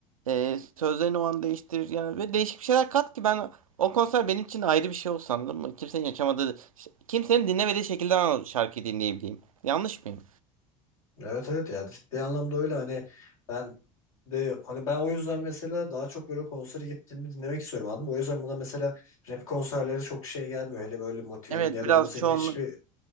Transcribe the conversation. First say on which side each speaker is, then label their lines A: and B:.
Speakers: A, on the right; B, on the left.
A: Ee, sözlerini o an değiştir. Yani ve değişik bir şeyler kat ki ben o konser benim için ayrı bir şey olsun anladın mı? Kimsenin yaşamadığı, kimsenin dinlemediği şekilde ben o şarkıyı dinleyebileyim. Yanlış mıyım?
B: Evet evet ya ciddi anlamda öyle hani ben de hani ben o yüzden mesela daha çok böyle konsere gittiğimde dinlemek istiyorum anladın mı? O yüzden bana mesela rap konserleri çok şey gelmiyor. Hele böyle Motive'nin
A: Evet
B: ya da
A: biraz
B: Uzi'nin
A: çoğunluk.
B: hiçbir